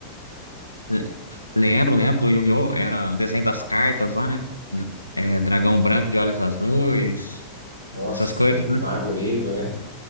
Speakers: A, on the left; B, on the right.
A: Le- Lembro, lembro do Yu-Gi-Oh! Era o desenho das cartas lá, né? É, dragão branco de olhos azuis,
B: Nossa,
A: essas coisas,
B: o Mago
A: né?
B: Negro, né?